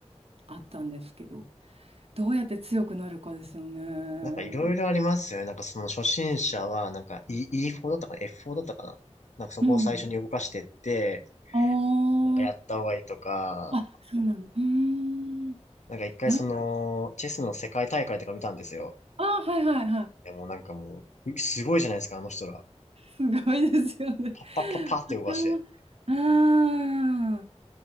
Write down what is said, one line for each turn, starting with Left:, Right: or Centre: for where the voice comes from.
Right: あったんですけど、どうやって強くなるかですよね。
Left: なんかいろいろありますよね。なんかその初心者は、なんか E、ォ4だったかな ?F4 だったかななんかそこを最初に動かしてって、
Right: うん。あ
Left: なんかやった方がいいとか、
Right: あ、あ、そうなんだ。うーん。
Left: なんか一回その、
Right: なん
Left: チェスの世界大会とか見たんですよ。
Right: ああ、はいはいはい。
Left: いやもうなんかもう、うすごいじゃないですか、あの人ら。
Right: すごいですよね。
Left: パッパッパッパって動かして。
Right: <laughs> 頭、ああ、